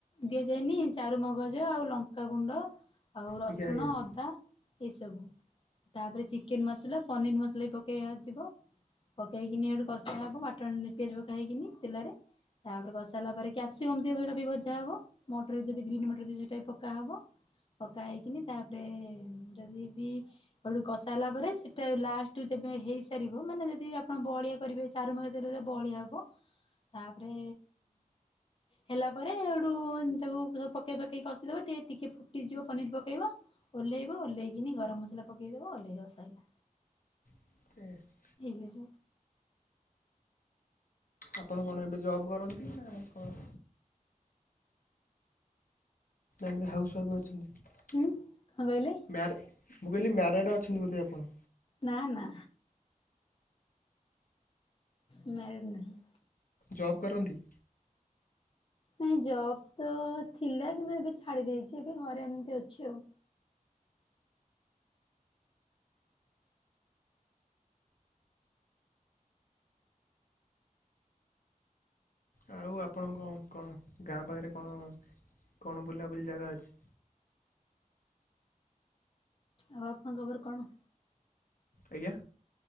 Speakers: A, on the left; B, on the left.
A: ଦିଆଯାଏନି ଚାରୁମଗଜ ଆଉ ଲଙ୍କାଗୁଣ୍ଡ ଆଉ
B: ଆଜ୍ଞା
A: ରସୁଣ
B: ଆଜ୍ଞା ଆଜ୍ଞା।
A: ଅଦା ଏଇସବୁ ତାପରେ ଚିକେନ ମସଲା ପନିର ମସଲା ବି ପକେଇବାଯିବ। ପକେଇକିନି ଏଠୁ କଷା ହେବ ବାଟଣ ପିଆଜ ପକେଇକିନି ତେଲରେ ତାପରେ କଷା ହେଲା ପରେ କ୍ୟାପ୍ସିକମ୍ ଥିବ ସେଇଟା ବି ଭଜା ହବ ମଟର ଯଦି ଗ୍ରୀନ୍ ମଟର ଥିବ ସେଇଟା ବି ପକ୍କା ହବ। ପକା ହେଇକିନି ତାପରେ ଯଦି ବି ଆଠୁ କସାରଲା ପରେ ସେଟା ଲାଷ୍ଟବେ ହେଇସାରିବ ମାନେ ଯଦି ଆପଣ ବହଳିଆ କରିବେ ଚାରିମଜ୍ ଦେଲେ ରେ ବଳିଆ ହବ, ତାପରେ ହେଲା ପରେ ସେଉଠୁ ତାକୁ ସବୁ ପକାଇ ପକେଇକି କଷିଦେବ ଟିକେ ଟିକିଏ ଫୁଟିଯିବ ପନିର୍ ପକାଇବ। ଓହ୍ଲେଇବ ଓହ୍ଲେଇକିନି ଗରମ ମସଲା ପକେଇଦବ ଓଲ୍ହେଇ ଦବ ସରିଲା।
B: <unintelligible>
A: ଠିକ୍।
B: ଆପଣ କଣ ଏବେ ଜବ କରନ୍ତି ନା କଣ ଆମତି ହାଉସ୍ୱାଫ ବି ଅଛନ୍ତି?
A: ହୁଁ କଣ କହିଲେ?
B: ମ୍ୟାରେ ମୁଁ କହିଲି ମ୍ୟାରେଡ଼୍ ଅଛନ୍ତି ବୋଧେ ଆପଣ?
A: ନା ନା। ମ୍ୟାରେଡ ନାହିଁ।
B: ଜବ୍ କରନ୍ତି?
A: ନାଇଁ ଜବ୍ ତ ଥିଲା କିନ୍ତୁ ଏବେ ଛାଡ଼ି ଦେଇଛି ଏବେ ଘରେ ଏମିତି ଅଛି ଆଉ।
B: ଆଉ ଆପଣଙ୍କ କଣ ଗାଁ ପାଖରେ କଣ କଣ ବୁଲାବୁଲି ଜାଗା ଅଛି?
A: ଆଉ ଆପଣଙ୍କବର କଣ?
B: ଆଜ୍ଞା?